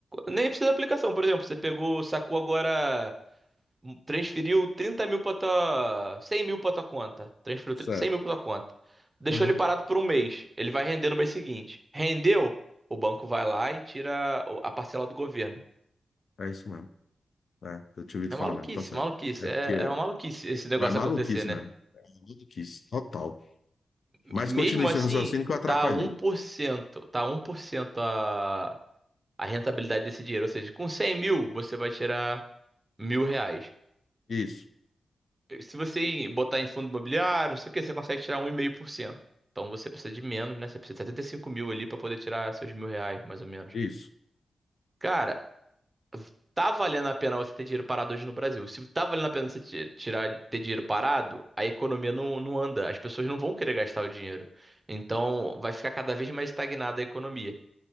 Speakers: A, on the right; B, on the left.
A: Nem precisa de aplicação, por exemplo, você pegou, sacou agora Transferiu 30 mil pra tua. 100 mil pra tua conta. Transferiu
B: Certo.
A: tr- 100 mil pra tua conta. Deixou
B: Uhum.
A: ele parado por um mês. Ele vai render no mês seguinte. Rendeu? O banco vai lá e tira o- a parcela do governo.
B: É isso mesmo. É, eu tinha ouvido
A: É
B: falar
A: maluquice,
B: mesmo, tá certo.
A: maluquice.
B: É
A: É,
B: porque.
A: é uma maluquice esse negócio
B: Mas é maluquice
A: acontecer, né?
B: mesmo. É maluquice, total. Mas
A: E mesmo
B: continue
A: assim,
B: seu raciocínio que eu atrapalhei.
A: tá um por cento Tá um por cento a, a rentabilidade desse dinheiro. Ou seja, com cem mil, você vai tirar mil reais.
B: Isso,
A: Se você botar em fundo imobiliário, não sei o que, você consegue tirar um e meio por cento Então você precisa de menos, né? Você precisa de setenta e cinco mil ali pra poder tirar seus mil reais, mais ou menos.
B: isso.
A: Cara, tá valendo a pena você ter dinheiro parado hoje no Brasil. Se tá valendo a pena você ti- tirar, ter dinheiro parado, a economia não, não anda. As pessoas não vão querer gastar o dinheiro. Então vai ficar cada vez mais estagnada a economia.